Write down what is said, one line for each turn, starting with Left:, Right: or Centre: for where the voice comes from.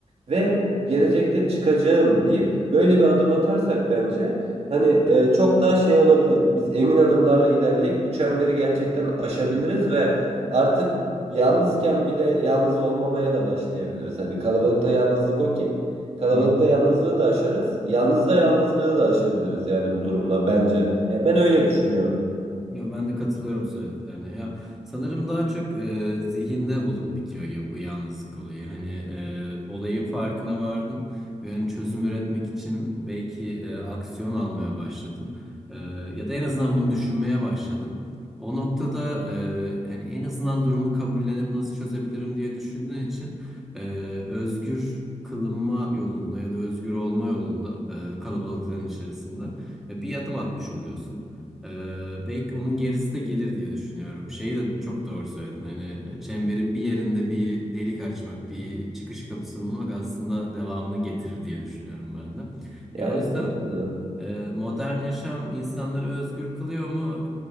Right: Ve gelecekte çıkacağım deyip böyle bir adım atarsak bence hani e, çok daha şey olabilir. Biz emin adımlarla ilerleyip bu çemberi gerçekten aşabiliriz ve artık yalnızken bile yalnız olmamaya da başlayabiliriz. Hani kalabalıkta yalnızlık okey. Kalabalıkta
Centre: Hı hı.
Right: yalnızlığı da aşarız. Yalnız da yalnızlığı da aşabiliriz yani bu durumla bence. Ya ben öyle düşünüyorum.
Centre: Ya ben de katılıyorum söylediklerine. Ya sanırım daha çok e, zihinde olup bitiyor gibi bu yalnızlık olayı. Hani e, olayın farkına vardın ve hani çözüm üretmek için belki e, aksiyon almaya başladın. E, ya da en azından bunu düşünmeye başladın. O noktada e, hani en azından durumu kabullenip nasıl çözebilirim diye düşündüğün için e, özgür kılınma yolunda ya da özgür olma yolunda e, kalabalıkların içerisinde e, bir adım atmış oluyorsun. Ee, belki onun gerisi de gelir diye düşünüyorum. Şeyi de çok doğru söyledin. Hani e, çemberin bir yerinde bir delik açmak, bir çıkış kapısı bulmak aslında devamını getirir diye düşünüyorum ben de.
Right: Yani
Centre: Ya o yüzden
Right: bence de.
Centre: e, modern yaşam insanları özgür kılıyor mu?